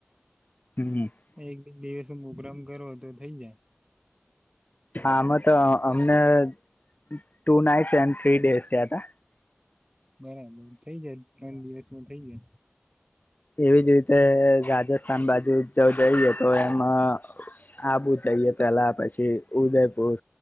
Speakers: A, on the left; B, on the right.
A: હમ
B: એક બે હ પ્રોગ્રામ કરો થઈ જાય.
A: હા આમાં તો અમને two nights and three days થયા હતા.
B: બરાબર. થઇ જાય ત્રણ દિવસમાં થઇ જાય.
A: એવીજ રીતે રાજસ્થાન બાજુ જો જઈએ તો એમાં આવુ જઈએ પહેલા પછી કે ઉદયપુર